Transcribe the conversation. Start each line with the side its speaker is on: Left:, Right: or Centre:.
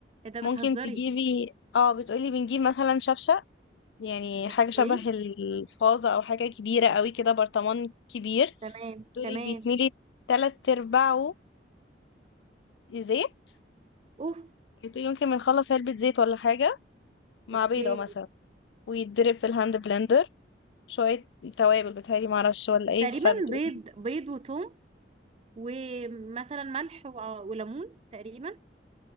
Right: ايه ده
Left: ممكن
Right: بتهزري
Left: تجيبي اه بتقولي بنجيب مثلا شفشة يعني حاجة
Right: اوكي
Left: شبه الفازة او حاجة كبيرة قوي كده برطمان كبير
Right: تمام
Left: تقولي
Right: تمام
Left: بيتملي تلات ارباعه زيت
Right: اوف
Left: بتقولي ممكن بنخلص علبة زيت ولا حاجة مع
Right: اوكي
Left: بيضة مثلا ويتضرب في الهاند بلندر شوية توابل بتهيألي معرفش ولا ايه
Right: تقريبا
Left: فبتقولي
Right: بيض بيض وتوم ومثلا ملح وع- وليمون تقريبا